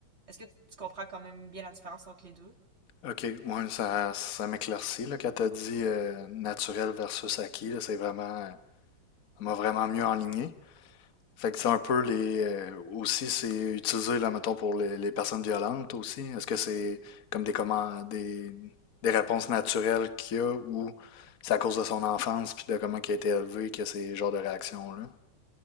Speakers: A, on the right; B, on the left.
A: Est-ce que tu comprends quand même bien la différence entre les deux?
B: Ok, ouais, ça, ça m'éclaircit là, quand t'as dit euh, naturel versus acquis, là, c'est vraiment, ça m'a vraiment mieux enligné. Fait que c'est un peu les. euh, aussi, c'est utilisé, là, mettons, pour les, les personnes violentes aussi. Est-ce que c'est comme des, comment, des, des réponses naturelles qu'il y a ou c'est à cause de son enfance puis de comment il a été élevé que ces genres de réactions-là?